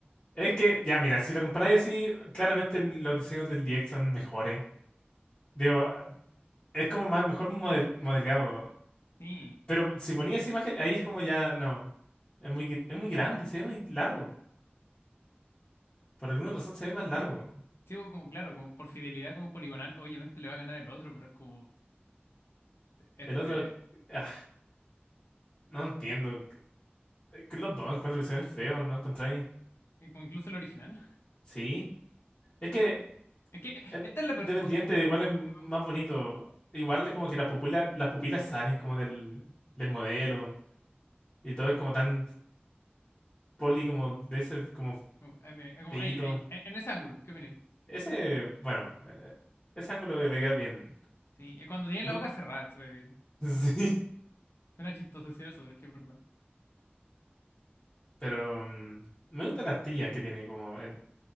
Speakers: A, on the left; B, on the left.
A: Es que, ya, mira, si lo comparáis así, claramente los diseños del DX son mejores. Digo, es como más, mejor model- modelado.
B: Sí,
A: Pero si ponía esa imagen, ahí es como ya, no. Es muy, gr- es muy grande, se ve muy largo. Por alguna razón se ve más largo.
B: sí, como como, claro, como por fidelidad como poligonal, obviamente le va a ganar el otro, pero es como este,
A: El otro, ah, no entiendo. Es Que los dos encuentro que se ven feos, ¿no encontráis?
B: eh, como incluso el original.
A: Sí. Es que,
B: Es que
A: eh,
B: esta es la
A: dependiente,
B: peor foto como,
A: igual
B: como,
A: es más
B: como- como-
A: bonito. Igual es como que las pupilas, las pupilas salen como del, del modelo. Y todo es como tan poli, como de ese, como
B: como- eh, me- eh, como
A: feíto.
B: ahí, ahí, eh, en ese ángulo, ¿qué opináis?
A: Ese, bueno, eh, ese ángulo le queda bien.
B: Sí, eh, cuando tienen
A: Muy
B: la boca cerrada, se ve bien.
A: <laughs> Sí,
B: Suena chistoso decir eso, pero es que es verdad.
A: pero mm, me gustan las tías que tiene como en,